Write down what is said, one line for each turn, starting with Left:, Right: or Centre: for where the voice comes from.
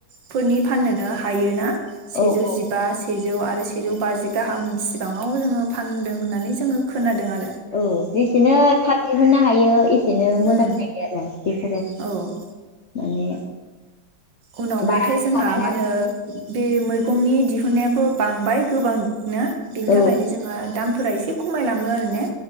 Right: फोरनि फाननोनो हायोना सेजौ
Left: औ औ
Right: जिबा सेजौ आरो सेजौ बाजि गाहाम सिबाङाव जोङो फानदों होननानै जोङो खोनादों आ
Left: औ जिस सेनो थाब दिहुनो हायो बिदिनो मोजां
Right: उम
Left: जायो आरो बिसोरो
Right: औ
Left: माने
Right: उनावब्लाथाय
Left: बारा ओंखारा
Right: जोंहा मा होनो बे मैगंनि दिहुनायाबो बांबाय गोबां नो बिनि
Left: औ
Right: थाखायनो जोंङा दाम फोरा एसे खमायलाङो आरो ने